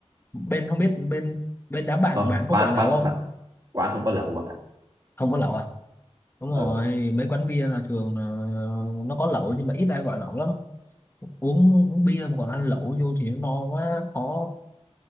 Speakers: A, on the left; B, on the right.
A: bên không biết bên bên đám bạn
B: không
A: của bạn
B: quán
A: có gọi lẩu
B: quán
A: không
B: quán quán không có lẩu bạn ạ
A: không có lẩu à Đúng rồi,
B: ừ
A: mấy quán bia là thường là nó có lẩu nhưng mà ít ai gọi lẩu lắm. Uống, uống bia mà còn ăn lẩu vô thì nó no quá, khó.